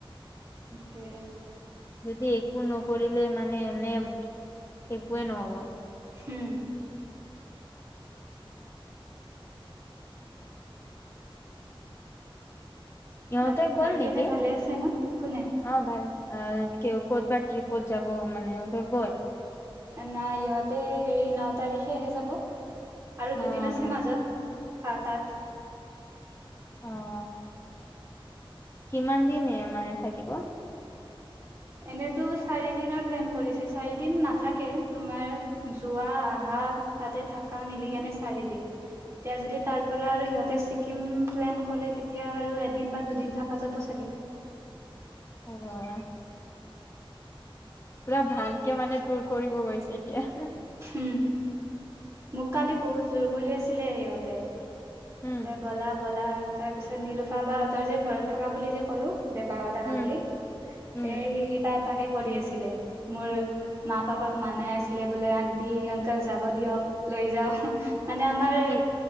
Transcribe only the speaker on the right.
সয়ে।
হম।
বাকী ঘৰৰ
পিনে
ভালে আছে ন কোনে
নাই ইহঁতে হেৰি ন, তাৰিখেহে যাব। আৰু
দুদিন আছে, মাজত হা, তাত
এনেতো চাৰি দিনৰ প্লেন কৰিছে, চাৰি দিন নাথাকে, তোমাৰ যোৱা, আহা তাতে থাককা মিলি কেনে চাৰি দিন এতিয়া যদি তাৰ পৰা আৰু সিহঁতে ছিকিম পলেন কৰে, তেতিয়া আৰু এদিন বা দুদিন থকা যাব চাগে।
উম মোক কালি বহুত জোৰ কৰি আছিলে ইহঁতে
বলা বলা তাৰপিছত নিলোফা বাাহঁতৰ যে ঘৰত থকা বুলি যে ক'লোঁ। দেবাহত আহা
বুলি এ,
সে, তাত তাকে কৰি আছিলে, মোৰ, মা, পাপাক মানাই আছিলে বোলে, আন্টি, অংকেল যাব দিয়ক। লৈ যাওঁ মানে আমাৰ